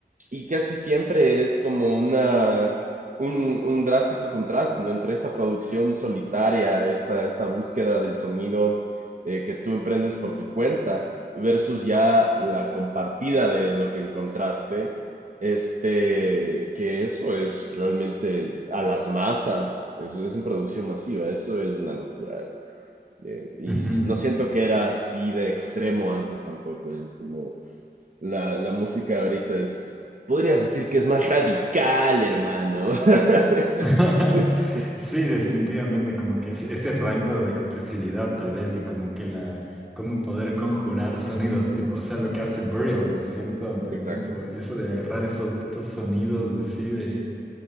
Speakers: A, on the right (about 45°); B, in the centre.
A: y casi siempre es como una, un, un drástico contraste, ¿no? Entre esta producción solitaria, esta, esta búsqueda del sonido eh, que tú emprendes por tu cuenta, versus ya la compartida de lo que encontraste, este, que eso es realmente a las masas, es, es en producción masiva, eso es una locura. Eh, y
B: Ujú.
A: no siento que era así de extremo antes tampoco, es como la, la música ahorita es, podrías decir que es más radical, hermano. <laughs>
B: <laughs>
A: Sí, sí,
B: Sí, definitivamente, como que es- ese rango de expresividad tal vez y como que la, cómo poder conjurar sonidos, tipo, o sea, lo que hace Burial, ¿no es cierto? De
A: Exacto.
B: tipo, eso de agarrar esos, estos sonidos así de